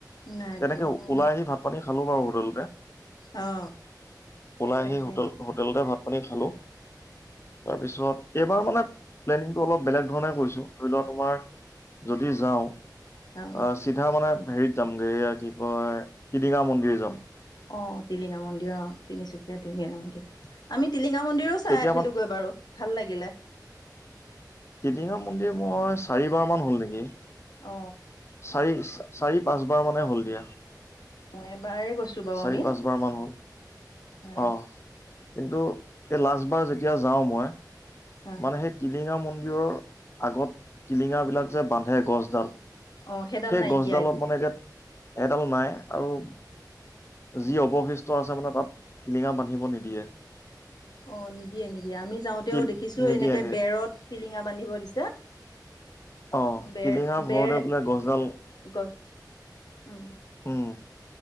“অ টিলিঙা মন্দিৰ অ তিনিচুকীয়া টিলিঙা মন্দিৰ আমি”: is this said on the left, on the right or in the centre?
Left